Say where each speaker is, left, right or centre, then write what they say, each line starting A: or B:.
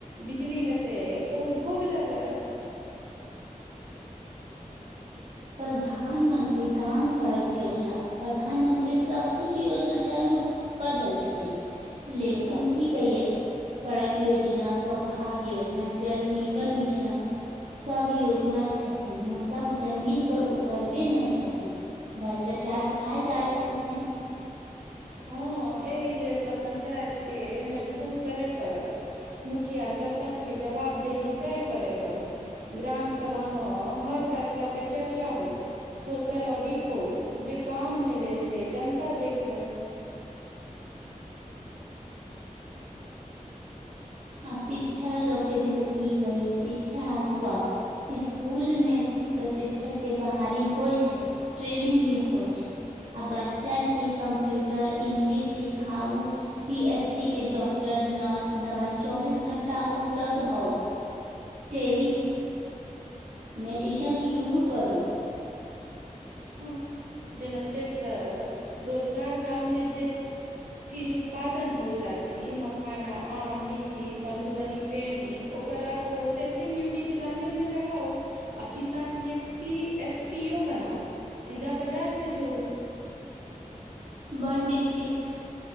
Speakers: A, on the right; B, on the right.
A: बिजली हेते तऽ उ भोग लगत
B: प्रधानमंत्री ग्राम सड़क योजना प्रधानमंत्री सब कुछ योजना चालू कर देल छथिन लेकिन
A: बताउ
B: कि कहिये सड़क योजना सौभाग्य योजना आ जल जीवन मिशन। सभ योजना छथिन मुद्दा जमीन पर उतरबैत नहि छथि भ्रष्टाचार खा जाइत छथि।
A: हँ एहि लेल तऽ पञ्चायत के मजबूत करय पड़त मुखिया सरपंचके जवाबदेही तय करय पड़त ग्राम सभामे हर फैसलापर चर्चा हो सोशल ऑडिट हो जे काज भेल अछि से जनता देखए।
B: आ शिक्षा लोक के भी तऽ की कहिय शिक्षा आ स्वास्थ्य स्कूल में तऽ शिक्षक के बहाली होइ छै ट्रैनिंग भी होइ छै आ बच्चाके कम्प्यूटर इंग्लिश सिखाउ पी एच सी के डॉक्टर नर्स दवाइ चौबिस घंटा उपलब्ध हउ टेली मेडिसन शुरू करू
A: हँ जेना तेसर रोजगार गाममे जे चीज उत्पादन होइत छी मखाना आम लीची मधुबनी पेंटिंग ओकरा प्रोसेसिंग यूनिट गामेे मे लगाओ आ किसान के पी एफ पियो बनाउ सीधा बाजार से जोड़ू
B: बनडिस्ट्रिक्ट